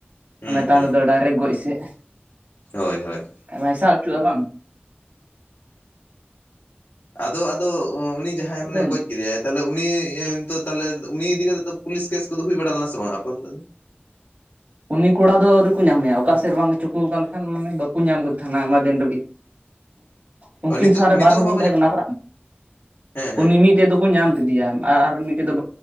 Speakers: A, on the left; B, on the right.
A: ᱦᱩᱸ
B: ᱢᱟᱱᱮᱛ
A: ᱦᱩᱸ
B: ᱰᱟᱭᱨᱮᱠᱴ ᱜᱚᱡ ᱥᱮᱜ᱾
A: ᱦᱳᱭ ᱦᱳᱭ᱾
B: ᱟᱡ ᱢᱟᱭᱥᱟᱵ ᱚᱪᱚᱜᱼᱟ ᱵᱟᱝ?
A: ᱟᱫᱚ ᱟᱫᱚ ᱩᱱᱤ ᱡᱟᱦᱟᱸᱭ
B: ᱟᱫᱚ
A: ᱢᱟᱱᱮ ᱜᱚᱡ ᱠᱮᱫᱮᱭᱟᱭ᱾ ᱛᱟᱦᱚᱞᱮ ᱩᱱᱤ ᱛᱟᱦᱚᱞᱮ ᱩᱱᱤ ᱤᱫᱤ ᱠᱟᱛᱮᱜ ᱯᱩᱞᱤᱥ ᱠᱮᱥ ᱠᱚᱫᱚ ᱦᱳᱭ ᱵᱟᱲᱟ ᱞᱮᱱᱟ ᱥᱮ ᱵᱟᱝ ᱟᱯᱮ ᱚᱱᱛᱮ ᱫᱚ?
B: ᱩᱱᱤ ᱠᱚᱲᱟ ᱫᱚ ᱟᱹᱣᱨᱤ ᱠᱚ ᱧᱟᱢᱮᱭᱟ ᱚᱠᱟ ᱥᱮᱫ ᱨᱮ ᱵᱟᱝ ᱪᱩᱠᱩ ᱠᱚ ᱠᱟᱱ ᱛᱟᱦᱮᱫ ᱢᱟᱱᱮ ᱵᱟᱠᱚ ᱧᱟᱢ ᱠᱮᱫ ᱛᱟᱦᱮᱱᱟ ᱟᱭᱢᱟ ᱫᱤᱱ ᱨᱮᱜᱮ᱾
A: <unintelligible>
B: ᱩᱱᱠᱤᱱ ᱥᱟᱶᱨᱮ ᱵᱟᱨ
A: ᱱᱤᱛᱚᱜ
B: ᱦᱚᱲ
A: ᱦᱚᱸ
B: ᱠᱤᱱ
A: ᱵᱟᱠᱚ
B: ᱛᱟᱦᱮᱸ
A: ᱧᱟᱢ
B: ᱠᱟᱱᱟ ᱵᱟᱝ
A: ᱦᱮᱸ ᱦᱮᱸ
B: ᱩᱱᱤ ᱢᱤᱫᱴᱮᱡ ᱫᱚᱠᱚ ᱧᱟᱢ ᱠᱮᱫᱮᱭᱟ᱾ ᱟᱨ ᱟᱨ ᱢᱤᱫᱴᱮᱡ ᱫᱚ